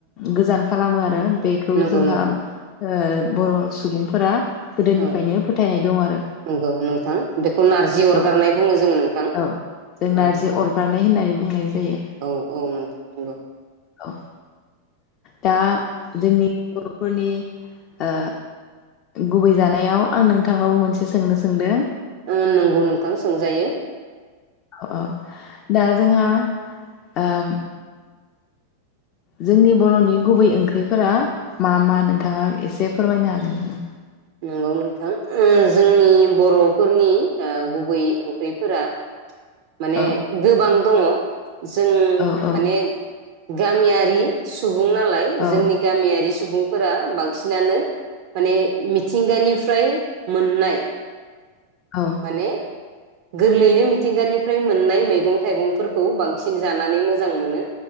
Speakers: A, on the left; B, on the right.
A: गोजान खालामो आरो बेखौ
B: नंगौ
A: जोंहा
B: नोंथां
A: ओ बर सुबुंफोरा गोदोनिफ्रायनो
B: औ
A: फोथायनाय दं आरो
B: नंगौ नोंथां बेखौ नारजि अरगारनाय
A: औ
B: बुङो जोङो नोंथां
A: औ जों
B: औ
A: नारजि
B: नोंथां
A: अरगारनाय होननानै बुंनाय जायो
B: औ औ नोंथां नंगौ
A: औ दा जोंनि <unintelligible> फोरनि ओ गुबै जानायाव आं नोंथांनावबो मोनसे सोंनो सोंदों
B: ओ नंगौ नोंथां सोंजायो।
A: औ औ दा जोंहा ओम जोंनि बरनि गुबै ओंख्रिफोरा मा मा नोंथाङा इसे फोरमायनो हागोन नामा?
B: नंगौ नोंथां ओ जोंनि बरफोरनि ओ गुबै ओंख्रिफोरा माने
A: औ
B: गोबां दङ। जों
A: औ औ
B: माने गामियारि सु बुं नालाय
A: औ
B: जोंनि गामियारि सुबुंफोरा बां <unintelligible> माने मि निफ्राय मोननाय
A: औ
B: माने गोरलैयैनो मिथिंगानिफ्राय मोननाय मैगं थाइगंफोरखौ बां सिन जानानै मोजां मोनो।